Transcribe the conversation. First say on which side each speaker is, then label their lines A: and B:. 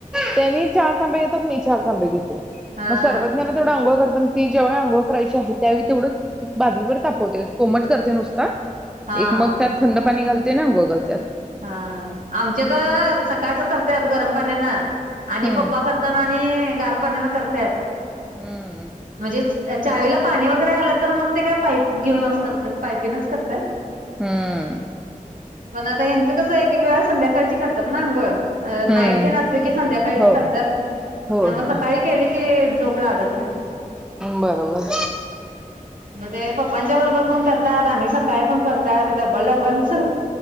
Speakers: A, in the centre; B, on the right.
A: त्यांनी चार तांबे घेतात मी चार तांबे घेते.
B: हा हा
A: मग सर्वज्ञा ला तेवढं अंघोळ घाल ती ज्यावेळी आंघोळ करायची आहे, त्यावेळी तेवढच एक बादलीभर तापवते, कोमट करते नुसता
B: हा
A: एक
B: हा.
A: मग त्यात थंड पाणी घाल. ते नाय गोगल
B: हा आमच्या तर, सकाळच करत्यात गरम पाण्यान आणि
A: हम्म
B: पप्पा करताना ते गार पाण्यान करत्यात.
A: हम्म
B: म्हणजेच चावीला पाणी वगैरे आलं तर मग ते काय पाईप घेऊन असं करतात पायपिनच करतात
A: हम्म
B: पण आता कसं एक एक वेळा संध्याकाळची करतात ना अंघोळ अ नाईट
A: हम्म
B: ते नसले की संध्याकाळीच
A: हो
B: करतात
A: होय
B: मग
A: होय
B: सकाळी केले की झोप लागत नाही
A: बरोबर
B: मणज ते पप्पांच्या बरोबर पण करतात आणि स काळी पण करतात डबल डब्बलच